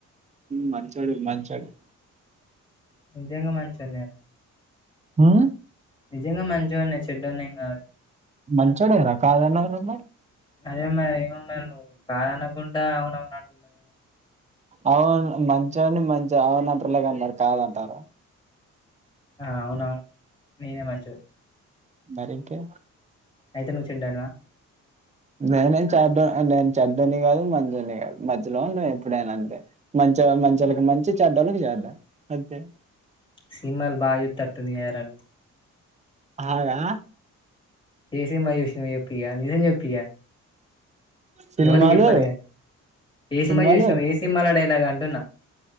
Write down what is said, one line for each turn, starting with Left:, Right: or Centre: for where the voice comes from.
Right: మంచోడివి మంచోడీవి
Left: నిజంగా మంచి అన్నారు
Right: ఆ
Left: నిజంగా మంచొన్నే చెడ్డోడ్ని కాదు
Right: మంచోడే రా కాదు అన్నారట్ల
Left: అదే మరి ఏమో మ నువ్వు కాదనుకుండా అవునవున అంటున్నవ్
Right: అవును మంచి అని మంచి అవునంటర్లాగా అన్నారు కాదంటార
Left: ఆ అవునవును నేనే మంచోన్నీ
Right: మరి ఇంకే
Left: అయితే నువ్వు చెడ్డోనివా
Right: నేనే చడ నేను చెడ్డని కాదు మంచోని కాదు మధ్యలో ఎప్పుడైనా అంతే మ చొ మంచోళ్ళకు మంచి చెడ్డోలకి చెడ్డ అంతే
Left: సినీమల్ బా హిట్ వస్తాది కదరా
Right: అవునా
Left: ఏ సినిమా చూసినవి క నిజం చెప్పు ఇగా
Right: సినిమాలు
Left: ఎవళ చెప్పాను కానీ ఏ సినిమా
Right: సినిమాలు
Left: చూసినావు ఏ సినిమాాల డైలాగ్ అంటున్నా